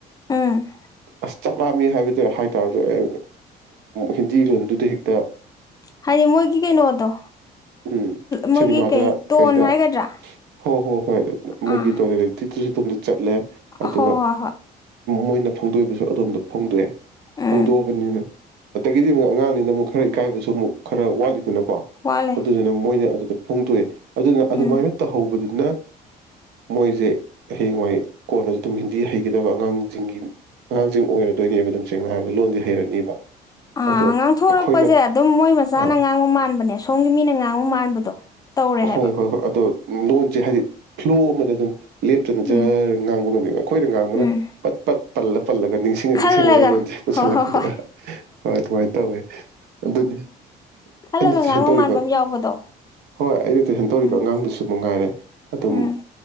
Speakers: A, on the left; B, on the right.
A: ꯎꯝ
B: ꯑꯁ ꯆꯥꯛꯂꯥꯝꯃꯤ ꯍꯥꯏꯕꯗ ꯍꯥꯏꯇꯥꯔꯁꯨꯣ ꯑꯦ ꯍꯤꯟꯗꯤ ꯂꯣꯟꯗꯨꯗꯤ ꯍꯦꯛ
A: ꯍꯥꯏꯗꯤ ꯃꯣꯏꯒꯤ ꯀꯩꯅꯣꯗꯣ
B: ꯎꯝ
A: ꯃꯣꯏꯒꯤ
B: ꯁꯤꯅꯦꯃꯥꯗ
A: ꯀꯩ ꯇꯣꯟ
B: ꯀꯩꯗ
A: ꯍꯥꯏꯒꯗ꯭ꯔꯥ
B: ꯍꯣ ꯍꯣ ꯍꯣꯏ ꯃꯣꯏꯒꯤ
A: ꯑꯥ
B: ꯇꯣꯟ <unintelligible> ꯆꯠꯂꯦ ꯑꯗꯨꯒ
A: ꯍꯣꯏ ꯍꯣꯏ ꯍꯣꯏ
B: ꯃꯣꯏꯅ ꯐꯣꯡꯗꯣꯛꯕꯁꯨ ꯑꯣꯝ ꯐꯣꯡꯗꯣꯛꯑꯦ
A: ꯎꯝ
B: ꯐꯣꯡꯗꯣꯛꯑꯕꯅꯤꯅ ꯑꯗꯒꯤꯗꯤ ꯑꯃꯨꯛ ꯑꯉꯥꯡꯅꯤꯅ ꯑꯃꯨꯛ ꯈꯔ ꯏꯀꯥꯏꯕꯁꯨ ꯑꯃꯨꯛ ꯈꯔ ꯋꯥꯠꯂꯤꯗꯅ ꯀꯣ
A: ꯋꯥꯠꯂꯦ
B: ꯑꯗꯨꯗꯨꯅ ꯃꯣꯏꯅ ꯑꯗꯨꯗ ꯐꯣꯡꯗꯣꯛꯏ ꯑꯗꯨꯅ ꯑꯗꯨꯃꯥꯏꯅ
A: ꯎꯝ
B: ꯇꯧꯍꯧꯕꯗꯨ ꯑꯗꯨꯅ ꯃꯣꯏꯁꯦ ꯍꯌꯦꯡꯋꯥꯥꯏ ꯀꯣꯟꯅꯁꯨ ꯑꯗꯨꯝ ꯍꯤꯟꯗꯤ ꯍꯩꯒꯗꯕ ꯑꯉꯥꯡꯁꯤꯡꯒꯤ ꯑꯉꯥꯡꯁꯤꯡ ꯑꯣꯏꯔ ꯇ ꯑꯗꯣꯏꯅꯦꯕ ꯑꯗꯨꯝ ꯁꯦꯡꯅ ꯍꯥꯏꯕꯗ ꯂꯣꯟꯗꯤ ꯍꯩꯔꯅꯤꯕ
A: ꯑꯥ
B: ꯑꯗꯣ
A: ꯉꯥꯡꯊꯣꯔꯛꯄꯁꯦ
B: ꯑꯩꯈꯣꯏꯅ
A: ꯑꯗꯨꯝ ꯃꯣꯏ ꯃꯆꯥꯅ
B: ꯑ
A: ꯉꯥꯡꯕ ꯃꯥꯟꯕꯅꯦ ꯁꯣꯝꯒꯤ ꯃꯤꯅ ꯉꯥꯡꯕ ꯃꯥꯟꯕꯗꯣ ꯇꯧꯔꯦ ꯍꯥꯏꯕ
B: ꯍꯣꯏ ꯍꯣꯏ ꯍꯣꯏ ꯑꯗꯣ ꯂꯣꯟꯁꯦ ꯍꯥꯏꯗꯤ ꯐ꯭ꯂꯣ ꯑꯃꯗ ꯑꯗꯨꯝ ꯂꯦꯞꯇꯅ
A: ꯎꯝ
B: ꯖꯔ ꯉꯥꯡꯕ ꯉꯝꯃꯦꯕ ꯑꯩꯈꯣꯏꯅ ꯉꯥꯡꯕꯅ
A: ꯎꯝ
B: ꯄꯠ ꯄꯠ ꯄꯜꯂ ꯄꯜꯂꯒ ꯅꯤꯡꯁꯤꯡ
A: ꯈꯜꯂꯒ
B: ꯅꯤꯡꯁꯤꯡꯉꯒ ꯂꯣꯟꯁꯦ ꯄꯨꯁꯜꯂꯛꯀꯅꯤ
A: ꯍꯣꯏ ꯍꯣꯏ ꯍꯣꯏ
B: ꯍꯣꯏ ꯑꯗꯨꯃꯥꯏꯅ ꯇꯧꯋꯦ ꯑꯗꯨꯅꯤ
A: ꯈꯜꯂꯒ
B: ꯑꯩꯅ ꯇꯨꯏꯁꯟ
A: ꯉꯥꯡꯕ
B: ꯇꯧꯔꯤꯕ
A: ꯃꯥꯟꯕ ꯑꯃ ꯌꯥꯎꯕꯗꯣ
B: ꯍꯣꯏ ꯑꯩꯅ ꯇꯨꯏꯁꯟ ꯇꯧꯔꯤꯕ
A: ꯎꯝ
B: ꯑꯉꯥꯡꯗꯨꯁꯨ ꯃꯉꯥꯏꯔꯦ ꯑꯗꯨꯝ
A: ꯎꯝ